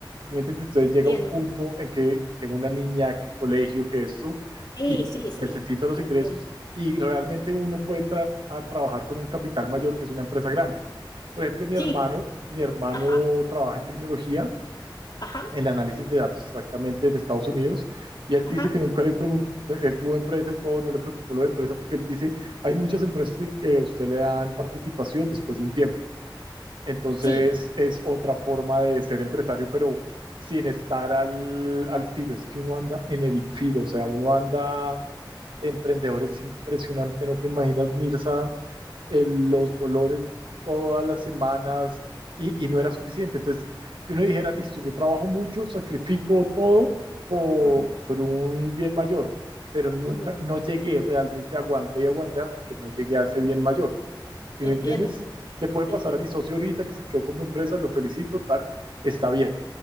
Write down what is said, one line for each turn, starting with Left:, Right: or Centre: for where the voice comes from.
Right: ¿Sí me entiendes? Entonces
Left: entiendo.
Right: llega un punto en que tengo una niña, que el colegio, que esto,
Left: Sí, sí,
Right: y
Left: sí,
Right: necesito los
Left: entiendo.
Right: ingresos y realmente uno puede entrar a trabajar con un capital mayor, que es una empresa grande. Por ejemplo, mi
Left: Sí,
Right: hermano, mi hermano
Left: ajá,
Right: trabaja en tecnología
Left: ajá,
Right: en análisis de datos exactamente en Estados Unidos, y él
Left: ajá,
Right: dice que nunca le preguntó, él tuvo empresas todo, no le preocupó lo de empresa, porque él dice, hay muchas empresas en que a usted le dan participación después de un tiempo, entonces
Left: sí,
Right: es otra forma de ser empresario, pero sin estar al, al filo, es que uno anda en el filo, o sea, uno anda, de emprendedor impresionante, no te imaginas, Mirza, el- los dolores todas las semanas y, y no era suficiente. Entonces, que uno dijera, listo, yo trabajo mucho, sacrifico todo por
Left: ujú,
Right: un bien mayor, pero nunca,
Left: ujú,
Right: no llegué, realmente aguanté y aguanté hasta que no llegué a ese bien mayor. ¿Sí
Left: Entiendo,
Right: me entiendes? Le puede
Left: entiendo,
Right: pasar a mi socio ahorita que se quedó con mi empresa, lo felicito, tal, está bien,